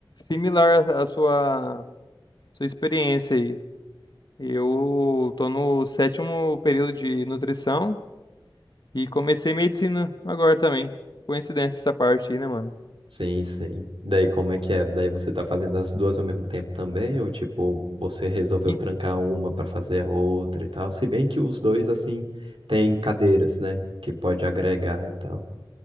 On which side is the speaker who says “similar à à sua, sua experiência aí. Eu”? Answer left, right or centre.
Left